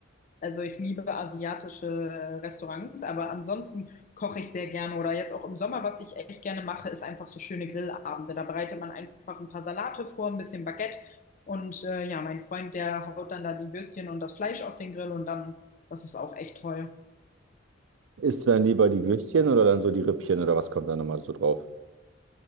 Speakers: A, on the left (about 40°); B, on the right (about 75°).
A: Also ich liebe asiatische äh, Restaurants, aber ansonsten koche ich sehr gerne oder jetzt auch im Sommer, was ich echt gerne mache, ist einfach so schöne Grillabende. Da bereitet man einfach ein paar Salate vor, ein bisschen Baguette und äh, ja, mein Freund, der haut dann da die Würstchen und das Fleisch auf den Grill und dann, das ist auch echt toll.
B: isst du dann lieber die Würstchen oder dann so die Rippchen oder was kommt dann nochmal so drauf?